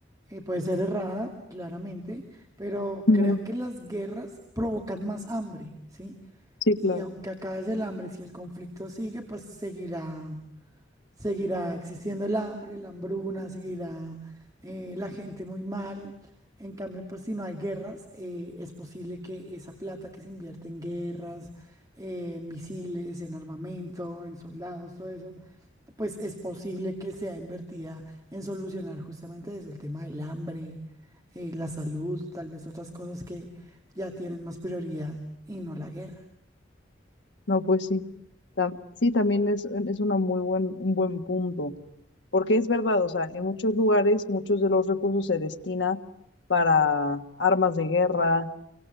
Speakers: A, on the right (about 20°); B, on the left (about 70°).
A: eh, puede ser errada, claramente, pero
B: mm.
A: creo que las guerras provocan más hambre, ¿sí?
B: Sí,
A: Y
B: claro.
A: aunque acabe el hambre, si el conflicto sigue, pues seguirá, seguirá existiendo el hambre, la hambruna, seguirá eh, la gente muy mal. En cambio, pues si no hay guerras, eh, es posible que esa plata que se invierte en guerras, eh, en misiles, en armamento, en soldados, todo eso, pues es posible que sea invertida en solucionar justamente eso, el tema del hambre, eh, la salud, tal vez otras cosas que ya tienen más prioridad y no la guerra.
B: No, pues sí. Tam- sí, también es, es una muy buen, un buen punto. Porque es verdad, o sea, en muchos lugares muchos de los recursos se destina para armas de guerra,